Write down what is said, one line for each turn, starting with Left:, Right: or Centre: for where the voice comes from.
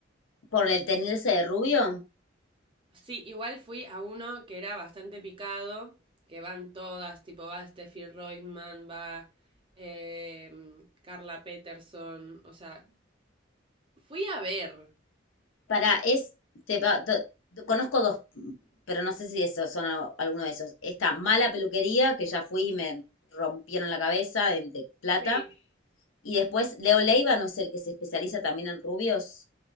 Left: ¿Por el tenerse de rubio?
Right: Sí, igual fui a uno que era bastante picado, que van todas, tipo va Steffi Reutemann, va eh, Carla Peterson, o sea, fui a ver.
Left: Para, es, te, va- te- te- conozco dos, pero no sé si esos son a- alguno de esos. Esta mala peluquería, que ya fui y me rompieron la cabeza de, de plata.
Right: Sí.
Left: Y después, Leo Leiva, ¿no es el que se especializa también en rubios?